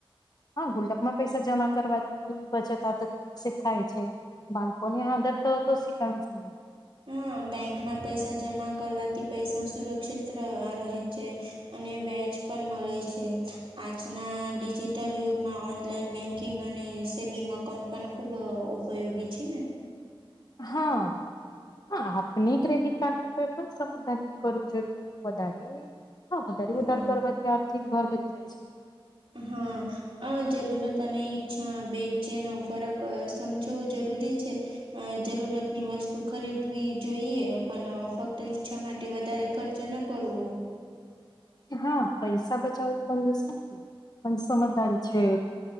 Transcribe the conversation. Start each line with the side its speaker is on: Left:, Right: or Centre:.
Left: હા ગુલ્લકમાં પૈસા જમા કરવાની બચત આદત વિકસિત થાય છે. બાળકો ની આદત તો શીખાવવી જોઈએ.
Right: હમ્મ બેંકમાં પૈસા જમા કરવાથી પૈસા સુરક્ષિત રહે છે. અને વ્યાજ પણ મળે છે આજના ડિજિટલ યુગમાં ઓનલાઈન બેન્ક બેકિંગ અને સેવિંગ અકાઉન્ટ પણ ખૂબ ઉપયોગી છે ને.
Left: હા. હા આપણે ક્રેડિટ કાર્ડ નો ઉપયોગ પણ સમજદારીથી કરવો જોઈએ વધારે હા વધારે
Right: હા
Left: વધારે કરવાથી આર્થિક ભાર બચી જાય છે.
Right: હા અ જરૂરત અને ઈચ્છા બે જેનો ફરક સમજવો જરૂરી છે. અ જરૂરતની વસ્તુ ખરીદવી જોઈએ પણ ફક્ત ઈચ્છા માટે વધારે ખર્ચ ન કરવો.
Left: હા પૈસા બચાવ પણ જોશે પણ સમજદારી છે.